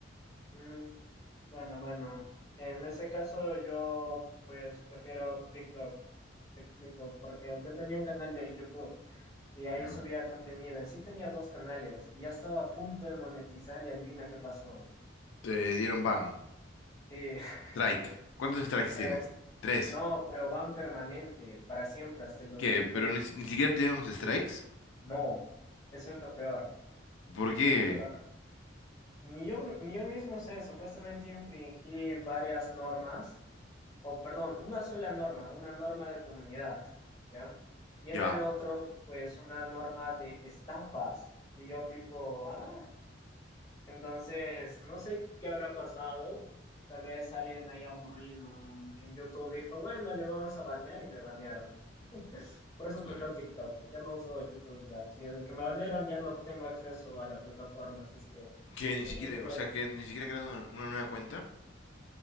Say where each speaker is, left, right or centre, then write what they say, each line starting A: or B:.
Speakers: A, on the left; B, on the left.
A: Mm, bueno, bueno, en ese caso yo pues prefiero TikTok, te explico, porque yo tenía un canal de YouTube y ahí
B: Ya.
A: subía contenido, en sí tenía dos canales y ya estaba a punto de monetizar y adivina qué pasó.
B: Te dieron ban.
A: Sí, <laughs>
B: Strike. ¿Cuántos strikes
A: pero
B: tienes? Tres.
A: no, pero van permanente, para siempre, hasta el dos
B: ¿Qué?
A: mil
B: ¿Pero
A: veinte.
B: ni, si- ni siquiera tienen unos strikes?
A: No, eso es lo peor,
B: ¿Por qué?
A: de verdad. Ni yo, ni yo mismo sé, supuestamente infringí varias normas o perdón, una sola norma, una norma de comunidad, ¿ya? Y en
B: Ya.
A: el otro, pues una norma de estafas. Y yo tipo, ah, entonces, no sé qué habrá pasado. Tal vez alguien ahí aburrido en, en YouTube dijo, bueno, le vamos a banear y me banearon. Por eso
B: Sí.
A: prefiero TikTok. Ya no uso YouTube. Ya. Si desde que me banearon ya no tengo acceso a la plataforma. Así es que
B: Que ni
A: yo
B: siquiera,
A: prefiero...
B: o sea, que ni siquiera crearon una, una nueva cuenta.